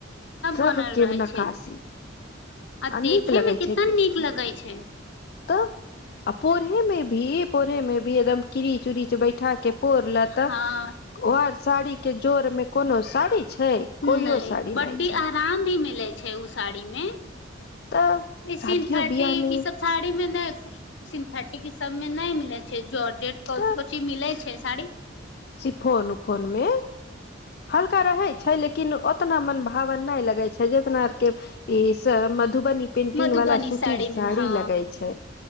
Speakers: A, on the left; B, on the left.
A: सब
B: बनल
A: केव
B: रहे
A: नकासी
B: छै आ देखे
A: नीक लगे
B: में केितना
A: छै देख
B: नीक
A: के
B: लगे छै
A: तऽ आ पोरे मे भी पोढ़े मे भी एकदम की चूड़ी बैठा के पोर ले तऽ
B: हँ
A: वर साड़ी के जोर में कोनो साड़ी छै
B: नहि
A: कोइयो साड़ी
B: बड्डी
A: नहि छै
B: आराम भी मिलै छै ओ साड़ी मे इ
A: तऽ शादियो
B: सिथर्टी
A: बियाह मे
B: की सब साड़ी में नहि सिन्थेटिक ई सब में नहि मिले छै जॉर्ज जे क
A: तऽ
B: की मिलै छै शाड़ी
A: सिफोन उफोनमे हल्का रहे छै लेकिन ओतना मन भावन नहि लगे छै जितना आर के ई सब मधुबनी पेंटिंग
B: मधुबनी
A: वाला सुूतीर साड़ी
B: मे हँ
A: लगे छै